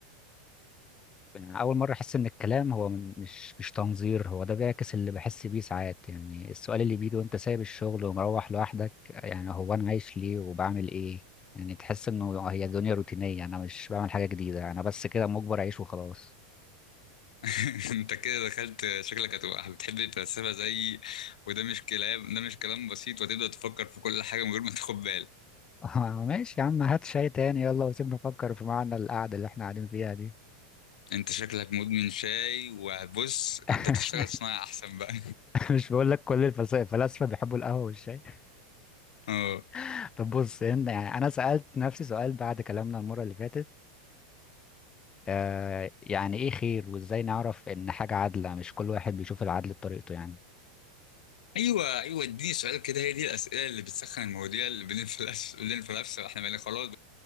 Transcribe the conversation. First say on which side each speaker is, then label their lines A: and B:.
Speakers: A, on the left; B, on the left.
A: يعني أول مرة أحس إن الكلام هو م- مش مش تنظير هو ده بيعكس اللي بحس بيه ساعات يعني السؤال اللي بيجي وأنت سايب الشغل ومروح لوحدك يعني هو أنا عايش ليه وبعمل إيه يعني تحس إنه هي الدنيا روتينية أنا مش بعمل حاجة جديدة أنا بس كده مجبر أعيش وخلاص
B: <laughs> انت كده دخلت شكلك هتبقى بتحب تتسابق زي وده مش كلام ده مش كلام بسيط وتبدا تفكر في كل حاجه من غير ما تاخد بالك
A: <laughs> ماشي يا عم هات شاي تاني يلا وسيبنا نفكر في معنى القعدة اللي إحنا قاعدين فيها دي
B: انت شكلك مدمن شاي وبص
A: <laughs>
B: انت تشتغل صناعه احسن بقى
A: مش بقول لك كل الفلس- الفلاسفة بيحبوا القهوة والشاي
B: <laughs> اه
A: <laughs> طب بص هنا يعني أنا سألت نفسي سؤال بعد كلامنا المرة اللي فاتت آه يعني ايه خير وازاي نعرف ان حاجة عادلة مش كل واحد بيشوف العدل بطريقته يعني
B: ايوه ايوه اديني سؤال كده هي دي الاسئله اللي بتسخن المواضيع اللي بنفلس بنفلسف احنا بقينا خلاص